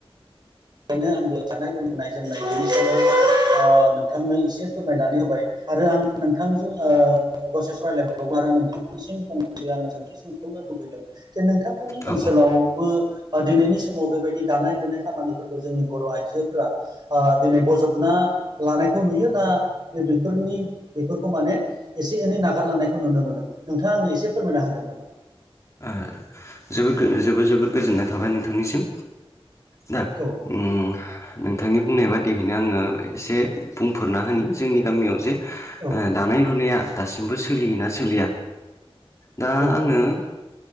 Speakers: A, on the right; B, on the left.
A: बेखायनो आंबो जानाय लनाय जोमनाय बिनि सायाव नोंथांनो एसे फोरमायनानै होबाय आरो आं नोंथांजों दसे सावरायलायबावगोन आरो नोंथांनिसिम फंनैसो आङो सोंथि सोंबावगोन जे नोंथांमोननि
B: औ
A: ओनसोलावबो
B: औ
A: दिनैनि समाव बेबायदि दानाय लुनाय खामानिफोरखौ जोंनि बर' आइजोफोरा दिनै बजबना लानायखौ नुयो ना बिफोरनि बेफोरखौ माने एसे एनै नागारलांनायखौ नुनो मोनो नोंथाङा आंनो एसे फोरमायना होगोन नामा
B: आ जोबोद जोबोद जबोद गोजोननाय थाबाय नोंथांनिसिम दा
A: औ
B: उम नोंथांनि बुंनाय बादियैनो आङो एसे बुंफोरना होनि जोंनि गामियाव जे
A: औ
B: दानाय लुनाया दासिमबो सोलियोना सोलिया दा
A: औ
B: आङो